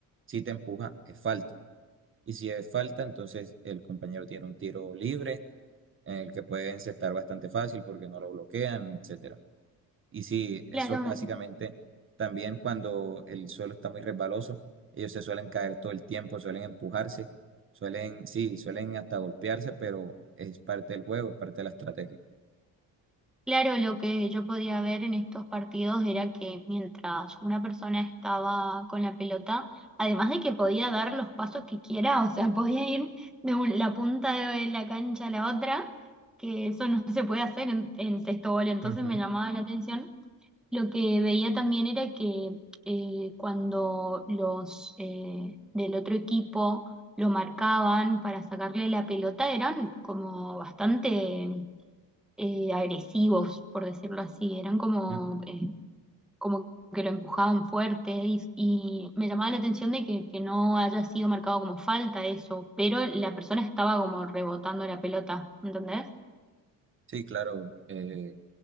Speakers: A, on the right (about 35°); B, in the centre.
A: si te empuja, es falta. Y si es falta, entonces el compañero tiene un tiro libre, en el que puede encestar bastante fácil porque no lo bloquean, etc. Y sí, eso
B: Claro,
A: básicamente también cuando el suelo está muy resbaloso, ellos se suelen caer todo el tiempo, suelen empujarse, suelen, sí, suelen hasta golpearse, pero es parte del juego, es parte de la estrategia.
B: Claro, lo que yo podía ver en estos partidos era que mientras una persona estaba con la pelota, además de que podía dar los pasos que quiera, o sea, <laughs> podía ir de un- la punta de la cancha a la otra, que eso no se puede hacer en, en sexto gol, entonces
A: Ujú,
B: me llamaba la atención. Lo que veía también era que eh, cuando los eh, del otro equipo lo marcaban para sacarle la pelota, eran como bastante eh, agresivos, por decirlo así, eran como,
A: ujú.
B: eh, como que lo empujaban fuerte y, y me llamaba la atención de que, que no haya sido marcado como falta eso, pero la persona estaba como rebotando la pelota, ¿entendés?
A: Sí, claro, eh,